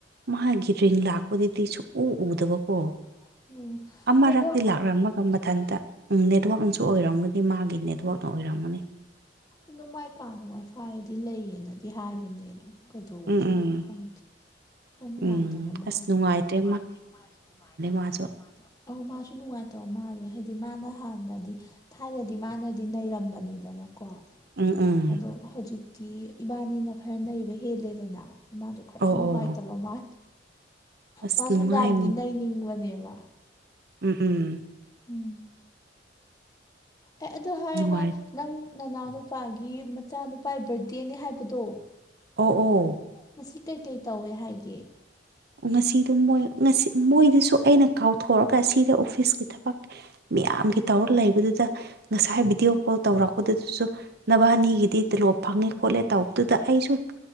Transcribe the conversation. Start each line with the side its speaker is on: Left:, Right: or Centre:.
Right: ꯃꯥꯒꯤ ꯔꯤꯡ ꯂꯥꯛꯄꯗꯨꯗꯤ ꯁꯨꯛꯎ ꯎꯗꯕꯀꯣ
Left: ꯑꯣ
Right: ꯑꯃꯔꯛꯇꯤ
Left: ꯅꯦꯠꯋꯥꯛ
Right: ꯂꯥꯛꯂꯝꯝꯃꯒ ꯃꯊꯟꯇ ꯅꯦꯠꯋꯥꯛꯅꯁꯨ ꯑꯣꯏꯔꯝꯒꯅꯤ ꯃꯥꯒꯤ ꯅꯦꯠꯋꯥꯛꯅ ꯑꯣꯏꯔꯝꯒꯅꯤ
Left: ꯑꯗꯨ ꯃꯥꯏ ꯀꯥꯗ ꯋꯥꯏꯐꯥꯏꯗꯤ ꯂꯩꯌꯦꯅꯗꯤ ꯍꯥꯏꯕꯅꯦ ꯑꯗꯨ ꯀꯩꯗꯧꯔꯨꯖꯥꯠꯅꯣ
Right: ꯎꯝ ꯎꯝ
Left: ꯈꯪꯗꯦ ꯈꯔ ꯅꯨꯡꯉꯥꯏꯇꯕ
Right: ꯎꯝ
Left: ꯃꯥ
Right: ꯑꯁ ꯅꯨꯡꯉꯥꯏꯇ꯭ꯔꯦ
Left: ꯅꯨꯡꯉꯥꯏꯇꯦ ꯃꯥꯁꯨ ꯅꯨꯡꯉꯥꯏꯇꯕ ꯃꯥꯜꯂꯦ
Right: ꯃꯥꯁꯨ
Left: ꯃꯥꯁꯨꯣ ꯑꯧ ꯃꯥꯁꯨ ꯅꯨꯡꯉꯥꯏꯇꯕ ꯃꯥꯜꯂꯦ ꯍꯥꯏꯗꯤ ꯃꯥꯅ ꯍꯥꯟꯅꯗꯤ ꯊꯥꯏꯅꯗꯤ ꯃꯥꯅꯗꯤ ꯅꯩꯔꯝꯕꯅꯤꯗꯅ ꯀꯣ
Right: ꯎꯝ ꯎꯝ
Left: ꯑꯗꯣ ꯍꯧꯖꯤꯛꯇꯤ ꯏꯕꯥꯅꯤꯅ ꯈꯔ ꯅꯩꯕ ꯍꯦꯜꯂꯦꯗꯅ ꯏꯃꯥꯗꯣ ꯈꯔꯪ
Right: ꯑꯣ
Left: ꯅꯨꯡꯉꯥꯏꯇꯕ
Right: ꯑꯣ
Left: ꯃꯥꯅꯤ
Right: ꯑꯁ
Left: ꯃꯥ
Right: ꯅꯨꯡꯉꯥꯏ
Left: ꯁꯟꯗꯥꯝꯗꯤ ꯅꯩꯅꯤꯡꯕꯅꯦꯕ
Right: ꯎꯝ ꯎꯝ
Left: ꯎꯝ ꯑꯦ ꯑꯗꯨ ꯍꯥꯏꯔꯒ
Right: ꯅꯨꯡꯉꯥꯏ
Left: ꯅꯪ ꯅꯅꯥꯎꯅ ꯅꯨꯄꯥꯒꯤ ꯃꯆꯥꯅꯨꯄꯥ ꯕꯥꯔꯗꯦꯅꯤ ꯍꯥꯏꯕꯗꯣ
Right: ꯑꯣ ꯑꯣ
Left: ꯃꯁꯤ ꯀꯩꯀꯩ ꯇꯧꯋꯦ ꯍꯥꯏꯒꯦ
Right: ꯉꯁꯤꯗꯣ ꯃꯣꯏ ꯉꯁꯤ ꯃꯣꯏꯗꯨꯁꯨ ꯑꯩꯅ ꯀꯥꯎꯊꯣꯛꯑꯒ ꯁꯤꯗ ꯑꯣꯐꯤꯁꯀꯤ ꯊꯕꯛ ꯃꯌꯥꯝꯒꯤ ꯇꯧꯔꯒ ꯂꯩꯕꯗꯨꯗ ꯉꯁꯥꯏ ꯚꯤꯗꯤꯑꯣ ꯀꯣꯜ ꯇꯧꯔꯛꯄꯗꯨꯗꯨꯁꯨ ꯅꯕꯥꯅꯤꯒꯤꯗꯤ ꯇꯤꯂꯣꯞ ꯐꯪꯉꯦ ꯈꯣꯠꯂꯦ ꯇꯧꯕꯗꯨꯗ ꯑꯩꯁꯨ